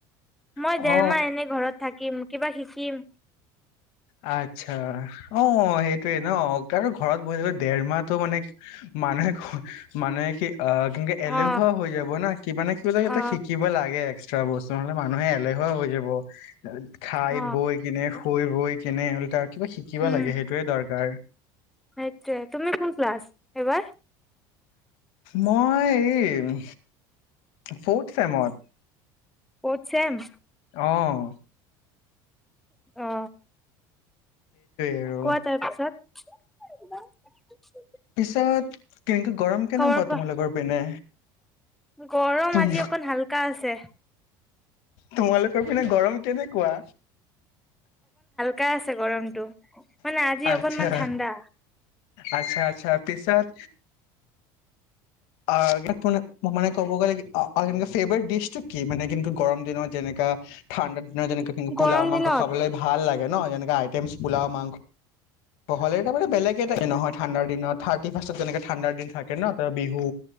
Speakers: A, in the centre; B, on the left (about 70°).
A: মই
B: অ
A: দেৰমাহ এনে ঘৰত থাকিম কিবা শিকিম
B: আচ্ছা অ সেইটোয়ে ন ঘৰত বহিলো দেৰ মাহটো মানে মানুহে কয় মানে কি অ কিন্তু এলেহুৱা
A: অ
B: হৈ যাব না কিবা নে কিবা এটা
A: অ
B: শিকিব লাগে বস্তু হ'লে মানুহে এলেহুৱা হৈ যাব খাই
A: অ
B: বৈ কিনে শুই বৈ কেনে উলতা কিবা শিকিব
A: উম
B: লাগে সেইটোৱে দৰকাৰ
A: সেইটোয়ে তুমি কোন ক্লাছ এইবাৰ
B: মই এই ফৰ্থ চেমত
A: ফৰ্থ চেম
B: আহ
A: অ
B: আৰু
A: কোৱা তাৰ পিছত
B: পিছত কেনেকে গৰম কেনেকুৱা
A: খবৰ কোৱা
B: তোমালোকৰ পিনে
A: গৰম
B: তুম
A: আজি অকন হালকা আছে
B: তোমালোকৰ পিনে গৰম কেনেকুৱা?
A: কা আছে গৰমটো মানে আজি
B: আচ্ছা
A: অকনমান ঠাণ্ডা।
B: আচ্ছা আচ্ছা তাৰ পাছত অ ম মানে ক'ব গ'লে কি অ আৰু ফেভাৰট ডিচ টো কি মানে কিন্তু গৰম দিনত যেনেকা ঠাণ্ডা দিনত যেনে কি পোলাও
A: গৰম
B: মাংস
A: দিনত
B: খাবলৈ ভাল লাগে এনেকে আইটেমছ পোলাও মাংস বহল তাৰমানে বেলেগ এ নহয় ঠাণ্ডাৰ দিনত থাৰ্টি ফাৰ্ষত তেনেকে ঠাণ্ডাৰ দিন থাকে ন বিহু